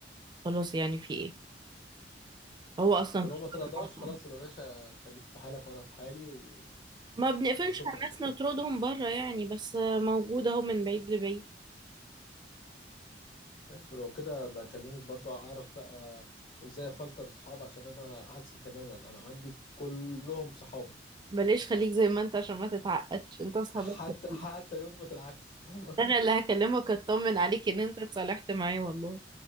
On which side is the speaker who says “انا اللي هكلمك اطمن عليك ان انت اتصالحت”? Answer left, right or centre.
Right